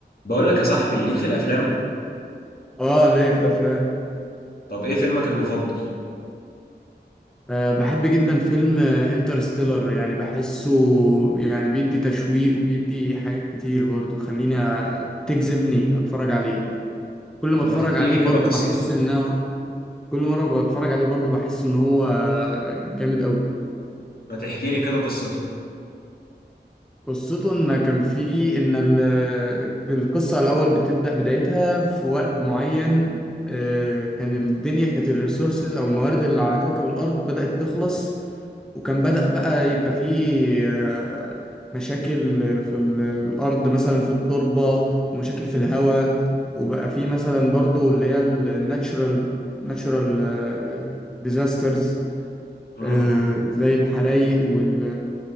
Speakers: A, on the left; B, in the centre.
A: بقول لك يا صاحبي ليك في الافلام
B: اه ليا في الافلام
A: طب ايه فيلمك المفضل
B: آه بحب جدا فيلم انترستيلر يعني بحسه يعني بيدي تشويق وبيدي حاجات كتير برضو خليني تجذبني اتفرج عليه كل ما
A: طب
B: اتفرج
A: ما تحكي
B: عليه
A: لي
B: برضو
A: كده قصته
B: بحس ان أنا- كل مرة بتفرج عليه برضو بحس ان هو جامد قوي
A: ما تحكي لي كده قصته
B: قصته ان كان في ان ال- القصه الاول بتبدا بدايتها في وقت معين آه، كان الدنيا كانت الريسورسز او الموارد اللي على كوكب الارض بدات تخلص وكان بدأ بقى يبقى فيه آه، مشاكل في ال- الأرض مثلا في التربة ومشاكل في الهواء وبقى فيه مثلا برضو اللي هي الناتشرال ناتشرال ديزاسترز
A: امم
B: آه، زي الحرايق وال